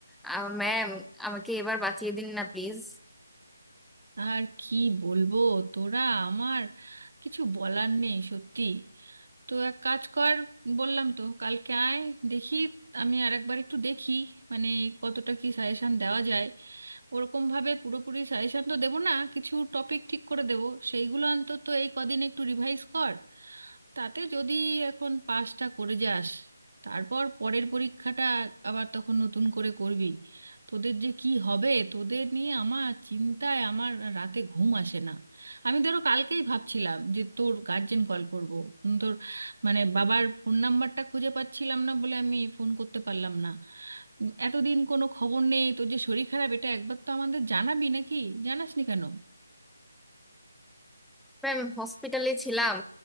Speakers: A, in the centre; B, on the right.
A: আহ, ম্যাম আমাকে এবার বাঁচিয়ে দিন না প্লিজ
B: আর কি বলবো তোরা আমার কিছু বলার নেই সত্যি তো এক কাজ কর বললাম তো কালকে আয় দেখি আমি আর একবার একটু দেখি মানে কতটা কি সাজেশন দেওয়া যায় ওরকম ভাবে পুরোপুরি সাজেশন তো দেবো না কিছু টপিক ঠিক করে দেবো সেইগুলো অন্তত এই কদিন একটু রিভাইজ কর তাতে যদি এখন পাসটা করে যাস তারপর পরের পরীক্ষাটা আবার তখন নতুন করে করবি তোদের যে কি হবে তোদের নিয়ে আমার চিন্তায় আমার রাতে ঘুম আসে না আমি ধরো কালকেই ভাবছিলাম যে তোর গার্জেন কল করব উম, তোর মানে বাবার ফোন নাম্বারটা খুঁজে পাচ্ছিলাম না বলে আমি ফোন করতে পারলাম না উম, এতদিন কোনো খবর নেই তোর যে শরীর খারাপ এটা একবার তো আমাদের জানাবি নাকি জানাসনি কেন
A: আমি হসপিটালে ছিলাম